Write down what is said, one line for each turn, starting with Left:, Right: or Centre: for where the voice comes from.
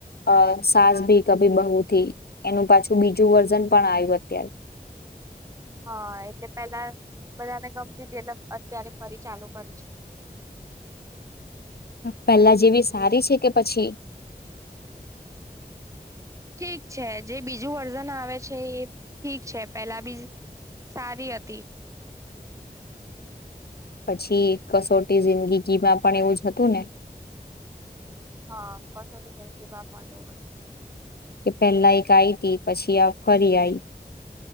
Left: અ સાસ ભી કભી બહુથી એનું પાછું બીજું વર્ઝન પણ આયું અત્યારે
Right: હા એટલે પેલા બધાને ગમતી તી અત્યારે ફરી ચાલુ કરી છે.
Left: પહેલા જેવી સારી છે કે પછી
Right: ઠીક છે. જે બીજું વર્ઝન આવે છે એ ઠીક છે. પેલા બી સારી હતી
Left: પછી કસોટી જિંદગીમાં પણ એવું જ હતું ને
Right: હા, કસોટી જિંદગીમાં પણ એવુ હતું જ.
Left: કે પહેલા એક આઈ તી પછી આ ફરી આઈ